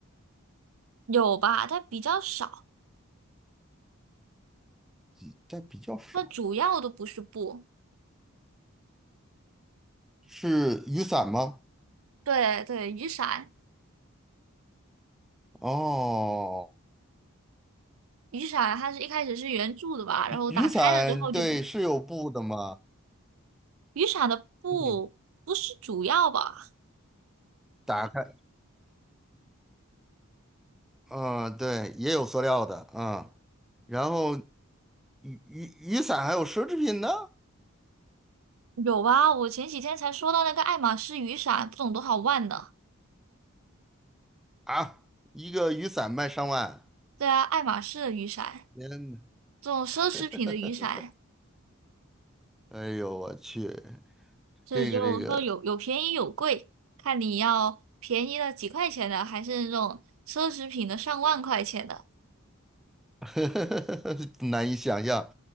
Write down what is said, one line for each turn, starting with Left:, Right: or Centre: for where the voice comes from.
Right: 有吧，但比较少。
Centre: 比但比较少。
Right: 它主要都不是布。
Centre: 是雨伞吗？
Right: 对对，雨伞，
Centre: 哦，
Right: 雨伞它是一开始是圆柱的吧，然后打开了之后就不是，
Centre: 雨伞对，是有布的吗？
Right: 雨伞的布不是主要吧？
Centre: 嗯打开，嗯，对，也有塑料的，嗯，然后雨雨雨伞还有奢侈品呢，
Right: 有啊，我前几天才说到那个爱马仕雨伞，不懂多少万的？
Centre: 啊，一个雨伞卖上万，
Right: 对啊，爱马仕的雨伞，
Centre: 天呐，
Right: 这种奢侈品的雨伞，
Centre: <laughs> 哎呦我去，
Right: 所以就说有有便宜有贵，
Centre: 这个这个
Right: 看你要便宜的几块钱的，还是那种奢侈品的上万块钱的。
Centre: <laughs> 难以想象，